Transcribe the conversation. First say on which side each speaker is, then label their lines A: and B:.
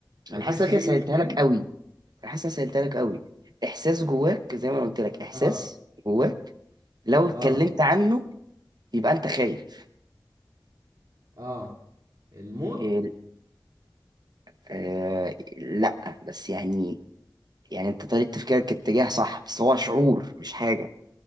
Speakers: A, on the right; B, on the right.
A: بتحس
B: انا حاسس إن أنا
A: بيه
B: كده سهلتها
A: امتى تاني
B: لك قوي حاسس إن أنا سهلتها لك قوي احساس جواك زي ما انا قلت لك احساس
A: اه
B: جواك لو اتكلمت
A: اه
B: عنه يبقى انت خايف
A: اه الموت
B: ال- آه لا بس يعني يعني انت طريقة تفكيرك اتجاه صح بس هو شعور مش حاجة